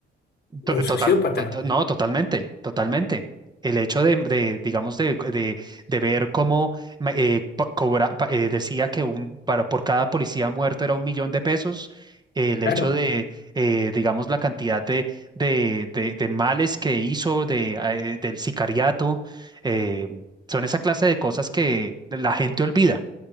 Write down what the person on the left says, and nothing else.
un
sociópata,
claro.